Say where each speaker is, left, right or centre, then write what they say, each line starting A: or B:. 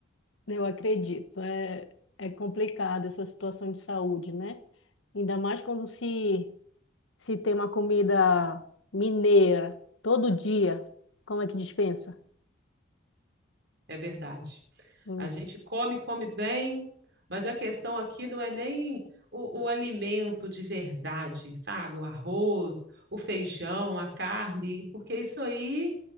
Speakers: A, on the left; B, on the right.
A: Eu acredito, é, é complicado essa situação de saúde, né? Ainda mais quando se, se tem uma comida mineira todo dia, como é que dispensa?
B: É verdade.
A: Hum,
B: A gente come, come bem, mas a questão aqui não é nem o, o alimento de verdade, sabe? O arroz, o feijão, a carne, porque isso aí